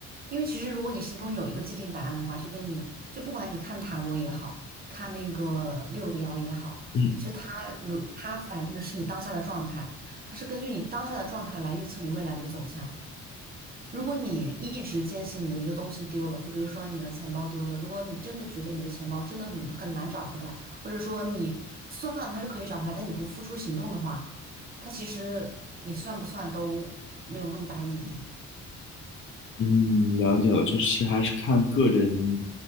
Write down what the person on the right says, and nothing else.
因为其实如果你心中有一个既定答案的话，就跟你就不管你看塔罗也好看那个六爻也好，
其实它如它反映的是你当下的状态，它是根据你当下的状态来预测你未来的走向。如果你一直坚信你的一个东西丢了，就比如说你的钱包丢了，如果你真的觉得你的钱包真的很很难找回来，或者说你算它是可以找回来，但你不付出行动的话，它其实你算不算都没有那么大意义。